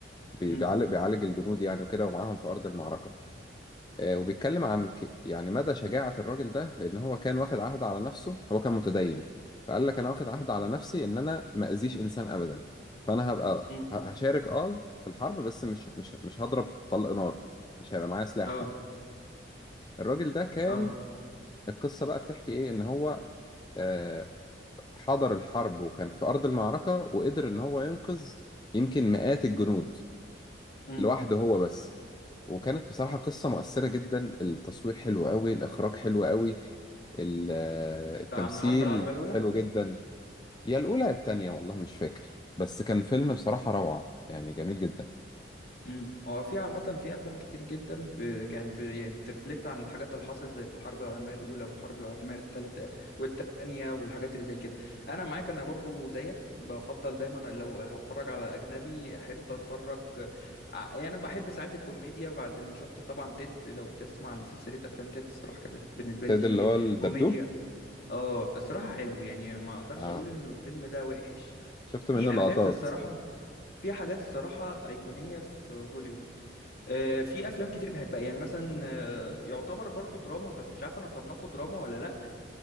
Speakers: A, on the left; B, on the left.
A: بي-
B: امم
A: بيعالج بيعالج الجنود يعني وكده ومعاهم في أرض المعركة آه، وبيتكلم عن ك... يعني مدى شجاعة الراجل ده لأن هو كان واخد عهد على نفسه هو كان متدين فقال لك أنا واخد عهد
B: امم
A: على نفسي إن أنا ما أذيش إنسان أبدا فأنا هبقى
B: امم
A: ه- هشارك أه في الحرب بس مش مش مش هضرب طلق نار مش هيبقى معايا سلاح
B: اه
A: حتى الراجل ده كان
B: اه
A: القصة بقى بتحكي إيه إن هو آه، حضر الحرب وكان في أرض المعركة وقدر إن هو ينقذ يمكن مئات الجنود
B: امم
A: لوحده هو بس وكانت بصراحة قصة مؤثرة جدا التصوير حلو قوي الإخراج حلو قوي ال- آه، التمثيل
B: ده عن الحرب العالمية الأولى
A: حلو جدا يا الأولى يا التانية والله مش فاكر بس كان فيلم بصراحة روعة يعني جميل جدا
B: امم هو في عامة في أفلام كتير جدا ب... كان ب... يعني بترفلكت عن الحاجات اللي حصلت زي في الحرب العالمية الأولى والحرب العالمية التالتة والتانية والحاجات اللي زي كده أنا معاك أنا برضو زيك بفضل دايما لو هتفرج على أجنبي أحب أتفرج ع- يعني بحب ساعات الكوميديا بعد ما شفت طبعا تيد لو تسمع عن سلسلة أفلام تيد الصراحة كانت بالنسبة لي
A: فايد اللي هو الدبدوب
B: كوميديا اه الصراحة حلو يعني ما اقدرش
A: اه
B: اقول انه الفيلم ده وحش
A: شفت منه
B: في حاجات
A: لقطات
B: الصراحة في حاجات الصراحة أيقونية في هوليوود آه، في أفلام كتير بحبها يعني مثلا آه، يعتبر برضو دراما بس مش عارف أنا أصنفه دراما ولا لأ